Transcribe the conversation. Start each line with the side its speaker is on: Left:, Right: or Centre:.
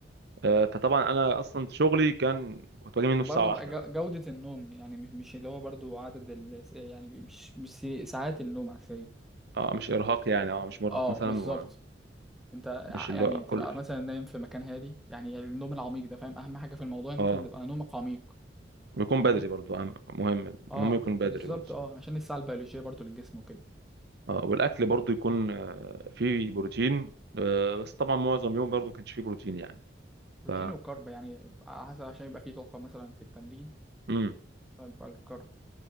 Right: آه، فطبعا انا اصلا شغلي كان كنت باجي منه
Centre: وبرضه
Right: الساعه واحدة
Centre: بقى جو- جودة النوم يعني م- مش اللي هو برضه عدد ال... يعني مش مش سي- ساعات النوم عشان
Right: اه مش ارهاق يعني اه مش مرهق
Centre: اه
Right: مثلا
Centre: بالظبط
Right: ومش
Centre: انت ع-
Right: اللي
Centre: يعني
Right: هو كل
Centre: تبقى مثلا نايم في مكان هادي يعني النوم العميق ده فاهم اهم حاجة في الموضوع ان
Right: اه
Centre: انت تبقى نومك عميق
Right: ويكون
Centre: فاهمني
Right: بدري برضو أهم- مهم
Centre: اه
Right: المهم يكون بدري
Centre: بالظبط
Right: برضو
Centre: اه عشان الساعة البيولوجية برضو للجسم وكده
Right: اه والاكل برضو يكون آه، فيه بروتين آه، بس طبعا معظم يوم برضو ما كانش فيه بروتين يعني
Centre: بروتين
Right: ف
Centre: وكارب يعني على حسب عشان يبقى فيه طاقة مثلا في التمرين
Right: امم
Centre: فيبقى الكارب